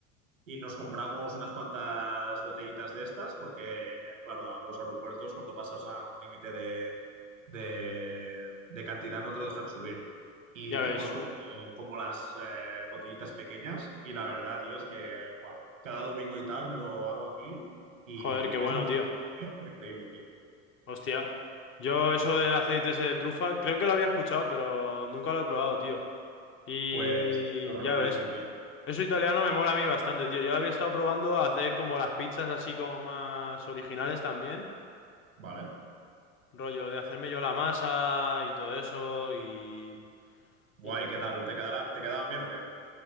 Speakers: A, on the right (about 85°); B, on the left (about 30°).
A: y nos compramos unas cuantas botellitas de estas, porque, claro, a los aeropuertos cuando pasas a un límite de, de, de cantidad no te lo dejan subir. Y
B: ya
A: hicimos
B: ves.
A: como, como las eh, botellitas pequeñas y la verdad, tío, es que buah, cada domingo y tal me lo hago aquí y
B: Joder, qué bueno,
A: es un plan
B: tío.
A: sencillo, pero increíble, tío.
B: Hostia, yo eso
A: Sí,
B: del
A: sí.
B: aceite ese de trufa, creo que lo había escuchado, pero nunca lo he probado, tío. Y
A: Pues te lo recomiendo,
B: ya ves,
A: tío.
B: eso italiano me mola a mí bastante, tío. Yo lo había estado probando a hacer como las pizzas así como más originales también,
A: Vale.
B: rollo de hacerme yo la masa y todo eso y
A: Guay,
B: intentar.
A: ¿qué tal? ¿Te quedará, te quedaban bien o qué?